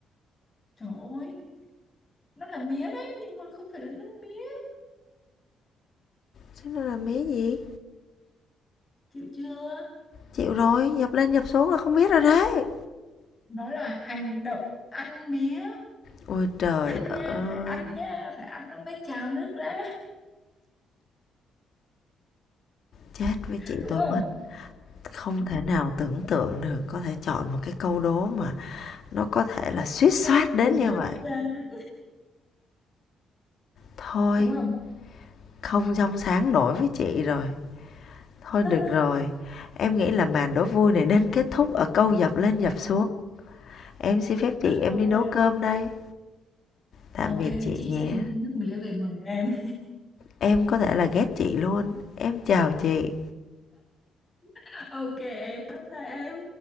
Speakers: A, on the left (about 30°); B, on the left (about 60°).
A: trời ơi nó là mía đấy nhưng mà không phải là nước mía
B: Chứ nó là mía gì?
A: chịu chưa
B: Chịu rồi, dập lên dập xuống là không biết rồi đấy.
A: nó là hành động ăn mía
B: Ôi trời
A: ăn nha
B: ơi,
A: phải ăn nha phải ăn nó mới trào nước ra
B: chết với chị
A: đúng
B: tôi
A: không
B: mất. không thể nào tưởng tượng được có thể chọn một cái câu đố mà nó có thể là suýt soát
A: nó vô
B: đến
A: cùng
B: như
A: trong
B: vậy
A: sáng
B: thôi
A: đúng không
B: không trong sáng nổi với chị rồi thôi
A: <laughs>
B: được rồi em nghĩ là màn đố vui này nên kết thúc ở câu dập lên dập xuống em xin phép chị
A: ok
B: em đi nấu cơm đây tạm
A: ok
B: biệt chị
A: chị
B: nhé
A: sẽ đi mua nước mía về mời em
B: em có thể là ghét chị luôn em chào chị
A: <laughs> ok em bye bye em